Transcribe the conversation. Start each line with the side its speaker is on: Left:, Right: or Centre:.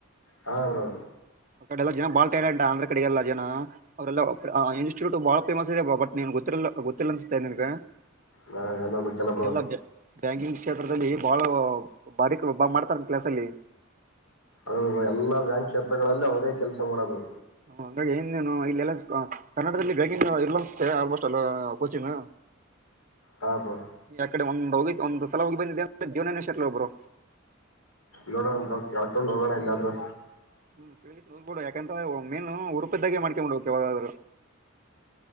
Left: ಹಾ ಬ್ರೋ
Right: ಆ ಕಡೆಲ್ಲ ಜನ ಬಾ ಡಿಫ್ರೆಂಟ್ ಆಂಧ್ರ ಕಡೆಗೆಲ್ಲ ಜನ ಅವರೆಲ್ಲ ಇನ್ಸ್ಟಿಟ್ಯೂಟ್ ಬಹಳ ಫೇಮಸ್ ಇದೆ ಬಟ್ ಗೊ ಗೊತ್ತಿಲ್ಲ ಅನ್ಸುತ್ತೆ ನಿನ್ಗ
Left: ಹಾ ಎಲ್ಲ ಗೊತ್ತಲ್ಲ
Right: ಇಲ್ಲಿ
Left: ಬ್ರೋ
Right: ಎಲ್ಲ ಬ್ಯಾಂಕಿಂಗ್ ಕ್ಷೇತ್ರದಲ್ಲಿ ಬಾಳ ಬಾರಿಕ್ ಒಬ್ಬ ಮಾಡ್ತಾರ ಕ್ಲಸ್ಲ್
Left: ಅ ಎಲ್ಲಾ ಬ್ಯಾಂಕ್ ಕ್ಷೇತ್ರಗಳಲ್ಲಿ ಅವರೇ ಕೆಲಸ ಮಾಡೋದು
Right: ಹಾಗಗಿ ಇನ್ನೇನು ಇಲ್ಲಲ್ಲ ಕರ್ನಾಟಕದಲ್ಲಿ ಬ್ಯಾಂಕಿಂಗ್ ಇಲ್ಲ ಅನ್ನುಸ್ತೇ ಆಲ್ಮೋಸ್ಟ್ ಕೋಚಿಂಗ್
Left: ಹ ಬ್ರೋ
Right: ಆ ಕಡೆ ಒಂದ್ ಹೋಗಿ ಒಂದ್ ಸಲ ಹೋಗಿ ಬಂದಿದ್ದೆ ಅಂದ್ರೆ ಜೀವನನೇ ಶಟ್ಲ್ ಬ್ರೋ
Left: ನೋಡಂ ಬ್ರೋ ಡ ಹೋದಣ ಎಲ್ಲಾದ್ರೂ
Right: ಹುಂ ಕೆಳಗಿಸಿ ಹೋಗಬಿಡು ಯಾಕೆಂತಂದ್ರ ಮೇನು ಉರುಪದಾಗೆ ಮಾಡ್ಕೊಂಡು ಹೋಗಕ ಯಾವದಾದ್ರ